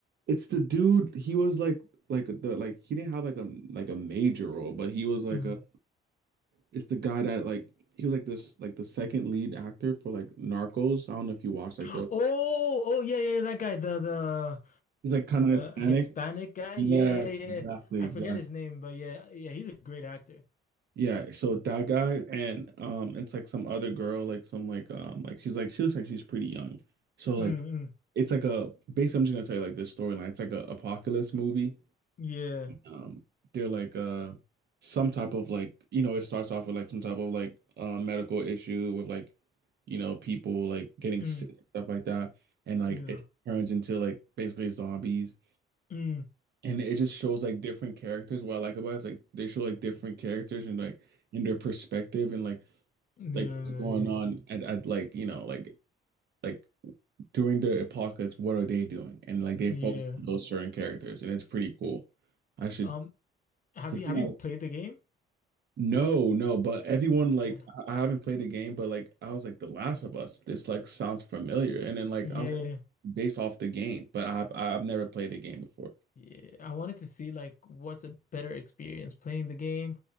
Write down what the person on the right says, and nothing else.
it's the dude. He was like, like the like he didn't have like a like a major role, but he was like
a. It's the guy that like he was like this like the second lead actor for like Narcos. I don't know if you watched like
the.
He's like kind of Hispanic.
Yes,
exactly,
exactly.
Yeah, so that
guy and um it's like some other girl, like some like um like she's like she looks like she's pretty young. So
like
it's like a basically I'm just gonna tell you like this storyline. It's like a apocalypse movie.
Um they're like uh some type of like you know, it starts off with like some type of like uh medical issue with like you know people like getting
sick and stuff like that and like
it turns into like basically zombies
and it just shows like different characters. What I like about it is like they show like different characters and like in their perspective and like
like what's going
on at, at like you know like like during the apocalypse what are they doing and like they
focus on those certain characters and it's pretty cool I should
the
thing
I-
no no but everyone
like I I haven't played the game but like I was like The Last of Us this like sounds familiar and then like
I was like based off the game but I've I've never played the game before